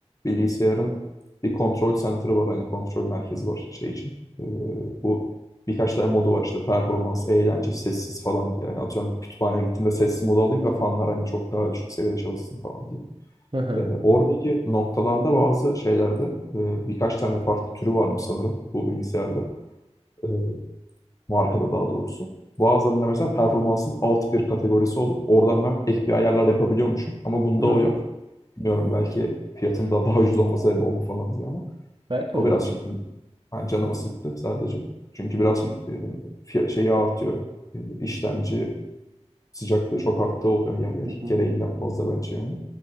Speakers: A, on the left; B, on the right.
A: bilgisayarın bir kontrol center'ı var. Hani kontrol merkezi var şey için. E, bu birkaç tane modu var işte performans, eğlence, sessiz falan. diye Yani atıyorum kütüphaneye gittiğimde sessiz modu alayım da fanlar hani çok daha düşük seviyede çalışsın falan diye.
B: Hı hı.
A: E, oradaki noktalarda bazı şeylerde e, birkaç tane farklı türü varmış sanırım bu bilgisayarda. E, markada daha doğrusu. Bazılarında mesela performansın alt bir kategorisi olup oradan ben ek bir ayarlar yapabiliyormuşum. Ama bunda
B: Hmm,
A: o yok. Bilmiyorum belki fiyatında daha ucuz olma sebebi o mu falan diye ama
B: belki
A: o
B: olabilir.
A: birazcık yani canımı sıktı sadece. Çünkü birazcık e, fiya- şeyi artıyor. E, işlemci Sıcaklığı çok arttığı oluyor yer yer.
B: Hı hı.
A: Gereğinden fazla bence yani.